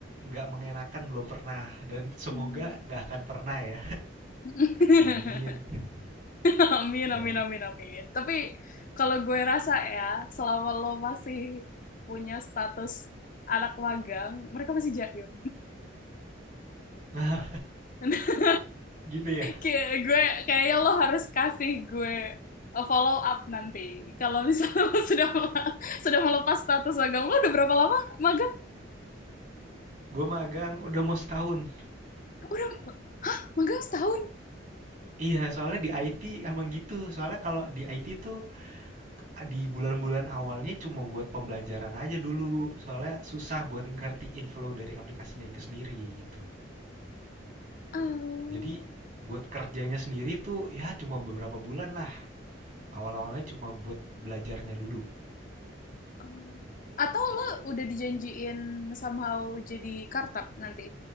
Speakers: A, on the right (about 45°); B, on the left (about 45°).
A: nggak mengenakan belum pernah dan semoga
B: Hmm.
A: nggak akan pernah ya.
B: <laughs>
A: Amin.
B: <laughs> Amin,
A: Ya.
B: amin, amin, amin. Tapi kalau gue rasa ya, selama lo masih punya status anak magang, mereka masih jaim.
A: Nah,
B: <laughs>
A: gitu ya.
B: Kayak gue, kayaknya lo harus kasih gue a follow up nanti. Kalau misalnya lo <laughs> sudah mel- sudah melepas status magang, lo udah berapa lama magang?
A: Gue magang udah mau setahun.
B: Udah, hah, magang setahun?
A: Iya, soalnya di IT emang gitu. Soalnya kalau di IT tuh eh, di bulan-bulan awalnya cuma buat pembelajaran aja dulu. Soalnya susah buat ngertiin flow dari aplikasinya itu sendiri gitu.
B: Eh,
A: Jadi buat kerjanya sendiri tuh ya cuma beberapa bulan lah. Awal-awalnya cuma buat belajarnya dulu.
B: eh. atau lo udah dijanjiin somehow jadi kartap nanti